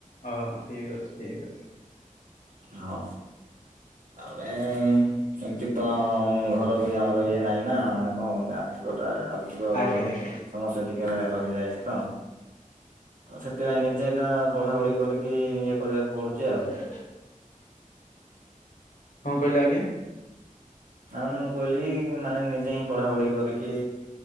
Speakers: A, on the left; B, on the right.
A: ଓ ହୋ ଠିକ ଅଛି ଠିକ ଅଛି।
B: ହଁ ତାହଲେ ଏମତି ତ ଘର ବି ଆମର ଇଏ ନାଇଁ ନା ମାନେ କଣ କହନ୍ତି ଆର୍ଥିକତା। ତ
A: ଆଜ୍ଞା ଆଜ୍ଞା
B: ସମସ୍ୟା ଟିକେ ରହିଯାଇଛି ତ। ସେଥିପାଇଁ ନିଜେ ଏକା ପଢାପଢି କରିକି ଇଏ କରିବାକୁ ପଡୁଛି ଆଉ।
A: କର କଣ କହିଲେ ଆଜ୍ଞା।
B: ନା ମାନେ ମୁଁ କହିଲି ମାନେ ନିଜେ ହିଁ। ପଢା ପଢି କରିକି